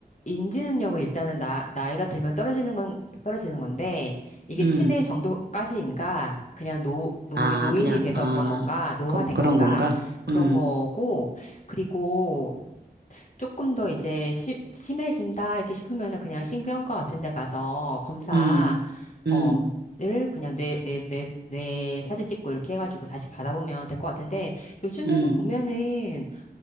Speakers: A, on the left; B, on the right.
A: 인지능력은 일단은 나 나이가 들면 떨어지는 건 떨어지는 건데 이게
B: 음,
A: 치매 정도까지인가 그냥 노 노
B: 아,
A: 노인이
B: 그냥,
A: 돼서
B: 아,
A: 그런 건가 노화된
B: 그, 그런
A: 건가
B: 건가?
A: 그런
B: 음,
A: 거고 그리고 조금 더 이제 심 심해진다 이렇게 싶으면은 그냥 신경과 같은 데 가서 검사
B: 음, 음,
A: 어 늘 그냥 뇌 뇌 뇌 뇌 사진 찍고 이렇게 해가지고 다시 받아보면 될 것 같은데 요즘에는
B: 음.
A: 보면은